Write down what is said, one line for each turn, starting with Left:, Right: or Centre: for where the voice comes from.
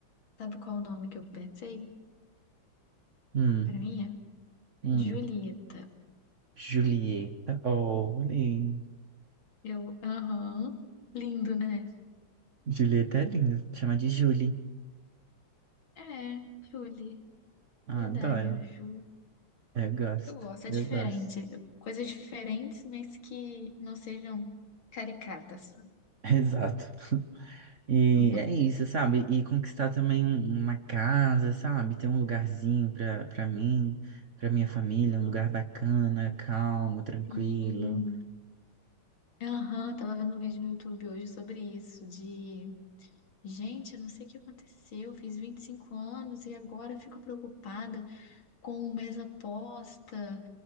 Left: Sabe qual o nome que eu pensei?
Right: Hum,
Left: Pra mim? é
Right: hum.
Left: Julieta.
Right: Julieta. Oh, lindo.
Left: Eu, aham. Lindo, né?
Right: Julieta é lindo. Chama de Julie.
Left: É, Julie.
Right: Ah,
Left: Verdade,
Right: adoro.
Left: Juju.
Right: Eu gosto.
Left: Eu gosto, é
Right: Eu
Left: diferente.
Right: gosto.
Left: Coisas diferentes, mas que não sejam caricatas.
Right: <laughs> Exato. E
Left: <laughs>
Right: é isso, sabe? E conquistar também um- uma casa, sabe? Ter um lugarzinho pra, pra mim, pra minha família, um lugar bacana, calmo, tranquilo.
Left: Sim. Aham, tava vendo um vídeo no YouTube hoje sobre isso, de... Gente, eu não sei o que aconteceu, fiz 25 anos e agora fico preocupada com mesa posta,